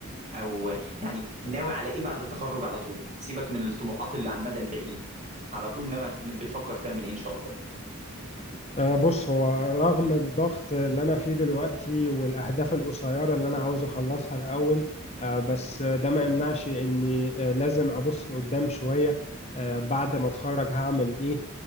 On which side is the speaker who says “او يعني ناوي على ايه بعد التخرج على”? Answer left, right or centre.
Right